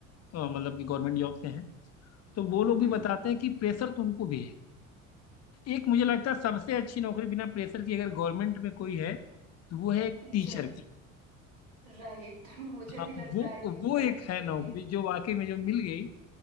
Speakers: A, on the left (about 40°); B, on the right (about 80°).
A: अ, मतलब कि गवर्नमेंट जॉब से हैं तो वो लोग भी
B: हम्म
A: बताते हैं कि प्रेशर तो उनको भी है एक मुझे लगता है सबसे अच्छी नौकरी बिना प्रेशर की अगर गवर्नमेंट में कोई है तो वो है एक
B: Teacher
A: टीचर की
B: right <laughs> मुझे
A: हाँ
B: भी लगता
A: वो
B: है आई थिंक
A: वो
B: लड़कियों
A: एक है
B: के
A: नौकरी
B: लिए
A: जो वाकई में जो मिल गई